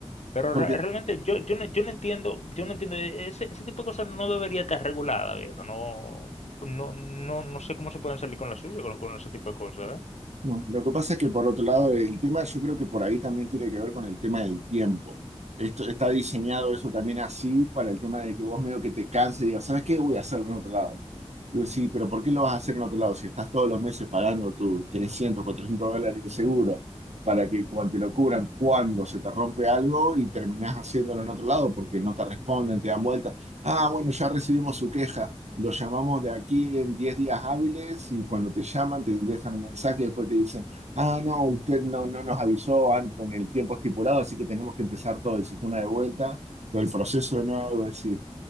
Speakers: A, on the left (about 70°); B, on the right (about 75°).
A: pero
B: porque
A: re- realmente yo, yo no, yo no entiendo, yo no entiendo, e, ese, ese tipo de cosas no debería estar regulada, viejo, no, no, no, no sé cómo se pueden salir con la suya con, con ese tipo de cosas, ¿eh?
B: No, Lo que pasa es que por otro lado, el tema yo creo que por ahí también tiene que ver con el tema del tiempo. Esto está diseñado eso también así para el tema de que vos medio que te canses y digas, ¿sabes qué? Voy a hacerlo en otro lado. Digo, sí, pero ¿por qué lo vas a hacer en otro lado si estás todos los meses pagando tus 300 400 dólares de seguro para que cuando te lo cubran, cuando se te rompe algo y terminás haciéndolo en otro lado porque no te responden, te dan vueltas Ah, bueno, ya recibimos su queja. Los llamamos de aquí en 10 días hábiles y cuando te llaman te dejan un mensaje y después te dicen, ah, no, usted no, no nos avisó an- con el tiempo estipulado, así que tenemos que empezar todo el sistema de vuelta, todo el proceso de nuevo, decir,